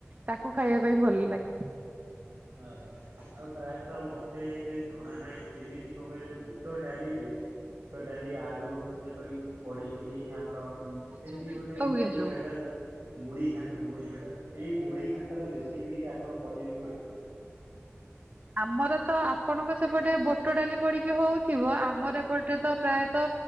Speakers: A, on the right; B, on the right.
A: ତାକୁ ଖାଇବା ପାଇଁ ଭଲ ଲାଗେ।
B: ଅ ହୋ। ଆଉ ପ୍ରାୟତଃ ମତେ ଏବେ ଜଣା ନାହିଁ କେମିତି କଣ କହିଲେ ବୁଟ ଡାଲିରେ ବୁଟଡାଲି ଆଳୁ ଯେପରି ପଡିକିନି ଆମର ହଁ ଯେମିତି
A: ତ
B: ଗୋଟେ
A: ହୁଏ
B: ମୁଢି
A: ଯୋଉ।
B: ଘାଣ୍ଟ ମୁଢି ଘାଣ୍ଟ ମୁଢି ଘାଣ୍ଟ। ଏଇ ମୁଢ଼ି ଘାଣ୍ଟ ର ରେସିପି ଟିକେ ଆପଣ କହିବେ କି ମତେ?
A: ଆମର ତ ଆପଣଙ୍କ ସେପଟେ ବୋଟ ଡାଲି ପଡିକି ହଉଥିବ ଆମର ଏପଟେ ତ ପ୍ରାୟ ତ